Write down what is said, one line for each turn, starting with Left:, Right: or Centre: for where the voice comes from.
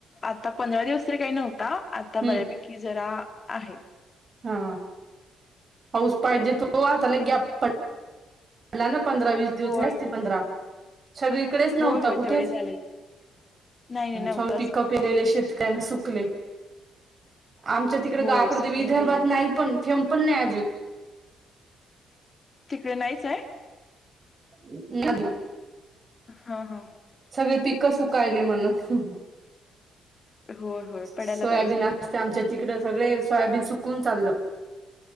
Left: आता पंधरा दिवस तरी काही नव्हता आता
Right: हम्म
Left: बऱ्यापैकी जरा आहे
Right: हा पाऊस पाहिजे तो आताला गॅफ पड मला ना पंधरा वीस दिवस
Left: होय.
Right: आहेच ती पंधरा सगळी इकडेच नव्हतं
Left: होय होय
Right: कुठे.
Left: तेवढे झालेत नाही नाही नव्हताच
Right: सगळी पिके पेरलेले सगळेसुकले आमच्या तिकडे
Left: होय
Right: गावाकड
Left: सुकून
Right: विदर्भात
Left: गेलेत
Right: नाही पण थेंब पण नाही अजून
Left: तिकडे नाहीच आहे
Right: हं. नग
Left: हा हा
Right: सगळी पिक सुकायली म्हणून
Left: होय होय पडायला
Right: सोयाबीन
Left: पाहिजे
Right: असते आमच्या तिकड सगळे सोयाबीन सुकवून चाललं